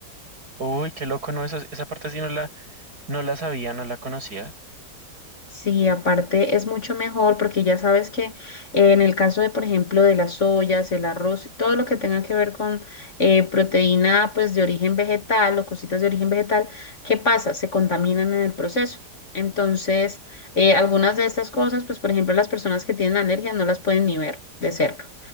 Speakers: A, on the right (about 60°); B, on the left (about 45°).
A: Uy, qué loco, no, eso, esa parte sí no la, no la sabía, no la conocía.
B: Sí, aparte es mucho mejor porque ya sabes que eh, en el caso de, por ejemplo, de las ollas, el arroz, todo lo que tenga que ver con eh, proteína pues de origen vegetal o cositas de origen vegetal, ¿qué pasa? Se contaminan en el proceso. Entonces, eh, algunas de estas cosas, pues por ejemplo, las personas que tienen alergia no las pueden ni ver de cerca.